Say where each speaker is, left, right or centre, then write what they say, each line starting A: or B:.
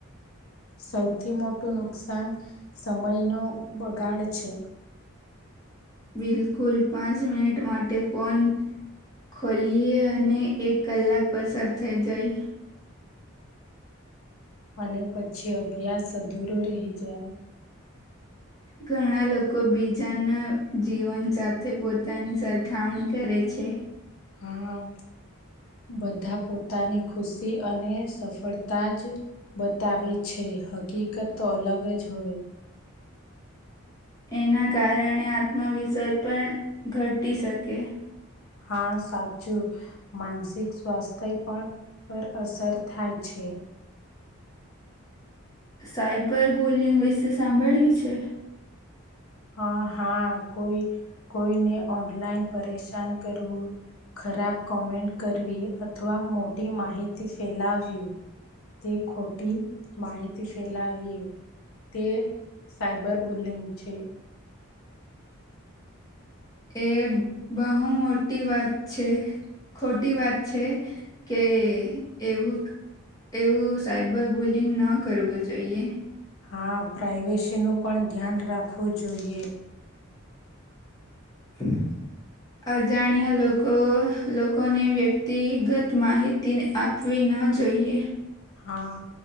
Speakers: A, on the left (about 75°); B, on the left (about 15°).
A: સૌથી મોટું નુકસાન સમયનો બગાડ છે.
B: બિલકુલ પાંચ મિનિટ માટે ફોન ખોલીએ અને એક કલાક પસાર થઈ જાય.
A: અને પછી અભ્યાસ અધૂરો રહી જાય.
B: ઘણા લોકો બીજાના જીવન સાથે પોતાની સરખામણી કરે છે. છે.
A: હા હા. બધા પોતાની ખુશી અને સફળતા જ બતાવે છે. હકીકત તો અલગ જ હોય.
B: એના કારણે આત્મવિશ્વાસ પણ ઘટી શકે.
A: હા સાચું માનસિક સ્વાસ્થ્ય પણ પર અસર થાય છે.
B: સાયબર બુલિન વિશે સાંભળ્યું છે?
A: હા હા કોઈ કોઈને ઓનલાઈન પરેશાન કરવું. ખરાબ કોમેન્ટ કરવી અથવા મોટી માહિતી ફેલાવવી. તે ખોટી માહિત ફેલાવીએ. તે સાયબર બુલિંગ છે.
B: એ બહુ મોટી વાત છે. ખોટી વાત છે કે એવું એવું સાયબર બુલિંગ ન કરવું જોઈએ.
A: હા પ્રાઈવેસી નું પણ ધ્યાન રાખવું જોઈએ.
B: હમ. અજાણ્યા લોકોને વ્યક્તિગત માહિતી આપવી. ના જોઈએ.
A: હા